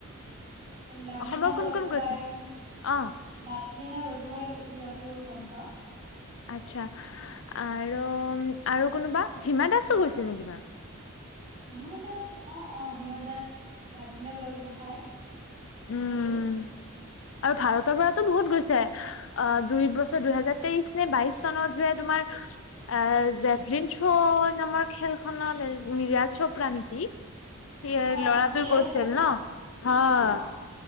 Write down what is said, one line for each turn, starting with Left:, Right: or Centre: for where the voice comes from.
Right: লাভলীনা
Left: অসমৰ
Right: বৰগোহাঁই
Left: কোন কোন গৈছে
Right: লাভলীনা
Left: অ
Right: বৰগোহাঁই। <unintelligible> ত গম পাওঁ।
Left: আচ্ছা আৰু আৰু কোনোবা হিমা দাসো গৈছে নেকি বাৰু।
Right: হিমা দাস অ অ হিমা দাস লাভলীনা বৰগোহাঁই।
Left: উম
Right: হেল্ল'।
Left: আৰু ভাৰতৰ পৰাতো বহুত গৈছে আহ দুই বছৰ দুহেজাৰ তেইশ নে বাইশ চনত যে তোমাৰ এ জেভলিন থ্ৰ নামৰ খেলখনত নিৰাজ চোপ্ৰা নেকি সি
Right: অ
Left: লৰাটোৱে
Right: অ নীৰজ
Left: গৈছিল
Right: চোপ্ৰা
Left: নহ হ।
Right: অ